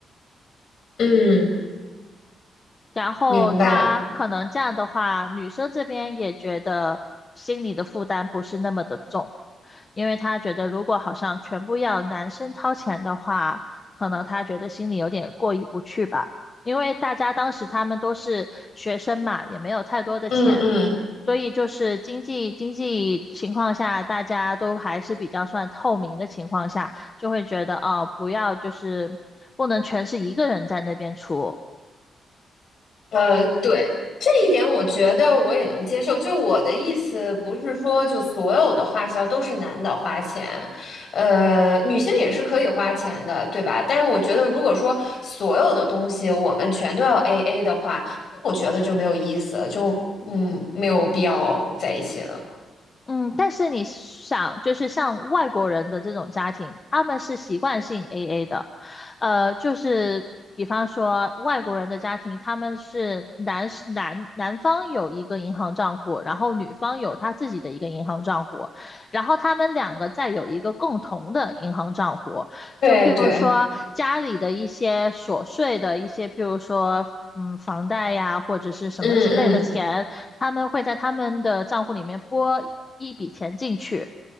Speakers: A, on the left; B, on the left.
A: 嗯
B: 然后他可能这样的话，
A: 明白，
B: 女生这边也觉得心里的负担不是那么的重，因为他觉得如果好像全部要男生掏钱的话，可能他觉得心里有点过意不去吧。因为大家当时他们都是学生嘛，也没有太多的钱，
A: 嗯嗯，
B: 所以就是经济经济情况下，大家都还是比较算透明的情况下，就会觉得哦，不要就是不能全是一个人在那边出。
A: 呃，对，这一点我觉得我也能接受。就我的意思，不是说就所有的花销都是男的花钱，呃，女性也是可以花钱的，对吧？但是我觉得，如果说所有的东西我们全都要 AA 的话，那我觉得就没有意思了，就嗯，没有必要在一起了。
B: 嗯，但是你想，就是像外国人的这种家庭，他们是习惯性 AA 的，呃，就是比方说外国人的家庭，他们是男男男方有一个银行账户，然后女方有她自己的一个银行账户，然后他们两个再有一个共同的银行账户，
A: 对对，
B: 就譬如说家里的一些琐碎的一些，譬如说嗯房贷呀或者是什么之类的钱。
A: 嗯
B: 他们会在他们的账户里面拨一笔钱进去，